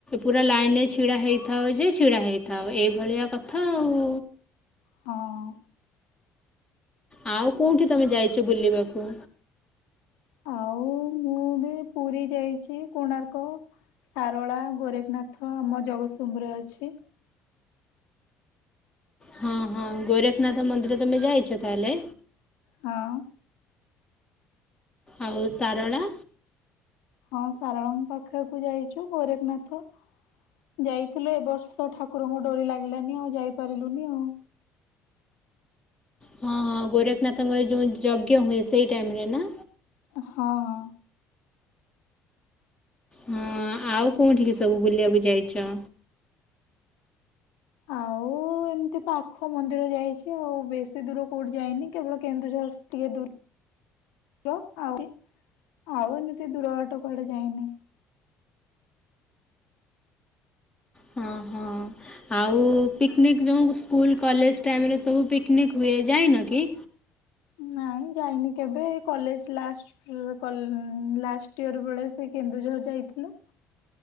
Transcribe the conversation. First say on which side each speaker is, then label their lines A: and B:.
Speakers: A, on the left; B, on the left.
A: ପୁରା ଲାଇନରେ ଛିଡ଼ା ହେଇଥାଉ ଯେ ଛିଡ଼ା ହେଇଥାଅ। ଏଇଭଳିଆ କଥା ଆଉ।
B: ହଁ।
A: ଆଉ କୋଉଠି ତମେ ଯାଇଛ ବୁଲିବାକୁ?
B: ଆଉ ମୁଁ ପୁରୀ ଯାଇଛି। କୋଣାର୍କ ସାରଳା, ଗୋରେଖନାଥ ଆମ ଜଗତସିଂହରେ ଅଛି।
A: ହଁ, ହଁ, ଗୋରଖନାଥ ମନ୍ଦିର ତମେ ଯାଇଛ ତାହେଲେ?
B: ହଁ।
A: ଆଉ ସାରଳା।
B: ହଁ ସାରଳାଙ୍କ ପାଖକୁ ଯାଇଚୁ ଗୋରେଖନାଥ। ଯାଇଥିଲୁ ଏ ବର୍ଷ ଠାକୁ ରଙ୍କ ଡୋରି ଲାଗିଲାନି ଆଉ ଯାଇପାରିଲୁନି ଆଉ।
A: ହଁ ହଁ ଗୋରଖନାଥଙ୍କ ଯୋଉ ଯଜ୍ଞ ହୁଏ ସେଇ ଟାଇମ୍ ରେ ନା।
B: ହିଁ ହିଁ।
A: ହଁ ଆଉ କୋଉଠିକି ସବୁ ବୁଲିବାକୁ ଯାଇଚ?
B: ଆଉ ମୁଁ ଏମିତି ପାଖ ମନ୍ଦିର ଯାଇଚି ଆଉ ବେଶୀ ଦୂର କୋଉଠି ଯାଇନି କେବଳ କେନ୍ଦୁଝର ଟିକେ ଦୂ ର ଆଉ ଆଉ ଏମିତି ଦୂର ବାଟୋ କୁଆଡ଼େ ଯାଇନି।
A: ହଁ ହଁ। ଆଉ ପିକନିକ୍ ଯେଉଁ ସ୍କୁଲ କଲେଜ ଟାଇମରେ ସବୁ ପିକନିକ୍ ହୁଏ ଯାଇନ କି?
B: ନାଇଁ ଯାଇନି କେବେ ଏଇ କଲେଜ ଲାଷ୍ଟ। <unintelligible> ଲାଷ୍ଟ ଇୟର ବେଳେ ସେ କେନ୍ଦୁଝର ଯାଇଥିଲୁ।